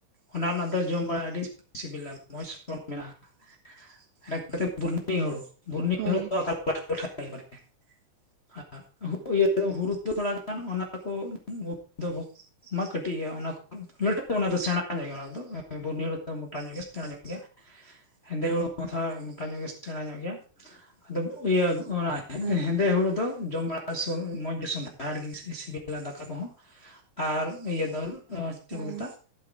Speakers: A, on the left; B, on the right.
A: ᱚᱱᱟ ᱨᱮᱱᱟᱜ ᱫᱚ ᱡᱚᱢ ᱵᱟᱲᱟ ᱟᱹᱰᱤ ᱥᱤᱵᱤᱞᱟ ᱢᱚᱸᱡᱽ ᱢᱮᱱᱟᱜᱼᱟ <unintelligible> ᱵᱩᱨᱱᱤ ᱦᱩᱲᱩ ᱵᱩᱨᱱᱤ
B: ᱦᱳᱭ
A: ᱦᱩᱲᱩ ᱫᱚ ᱚᱠᱟ ᱞᱮᱠᱟ? <unintelligible> ᱴᱷᱟᱴᱷᱟ ᱦᱩᱲᱩ ᱫᱚ ᱛᱷᱚᱲᱟ ᱜᱟᱱ ᱚᱱᱟ ᱠᱚ ᱫᱚ <unintelligible> <inaudible> ᱢᱟ ᱠᱟᱹᱴᱤᱡ ᱜᱮᱭᱟ ᱚᱱᱟ ᱠᱚ ᱞᱟᱹᱴᱩ ᱚᱱᱟ ᱫᱚ ᱥᱮᱬᱟ ᱧᱚᱜ ᱜᱮᱭᱟ ᱚᱱᱟ ᱠᱚᱫᱚ ᱵᱩᱨᱱᱭ ᱫᱚ ᱢᱳᱚᱴᱟ ᱧᱚᱜ ᱜᱮᱭᱟ ᱥᱮᱟ ᱧᱚᱜ ᱜᱮᱭᱟ <unintelligible> ᱦᱮᱸᱫᱮ ᱦᱩᱲᱩ ᱢᱟᱛᱷᱟ ᱢᱚᱴᱟ ᱧᱚᱜ ᱜᱮ ᱥᱮᱬᱟ ᱧᱚᱜ ᱜᱮᱭᱟ ᱟᱫᱚ ᱤᱭᱟᱹ ᱚᱱᱟ
B: ᱦᱳᱭ
A: ᱦᱮᱸᱫᱮ ᱦᱩᱲᱩ ᱫᱚ ᱡᱚᱢ ᱵᱟᱲᱟ ᱢᱚᱸᱡᱽ ᱜᱮ ᱥᱚᱸᱫᱷᱟᱲ ᱜᱮ ᱥᱤᱵᱤᱞᱟ ᱫᱟᱠᱟ᱾ ᱟᱠᱟ ᱠᱚᱦᱚᱸ ᱟᱨ ᱤᱭᱟᱹ ᱫᱟᱹᱞ ᱪᱮᱫ
B: ᱦᱳᱭ
A: ᱠᱚ ᱢᱮᱛᱟᱜᱼᱟ,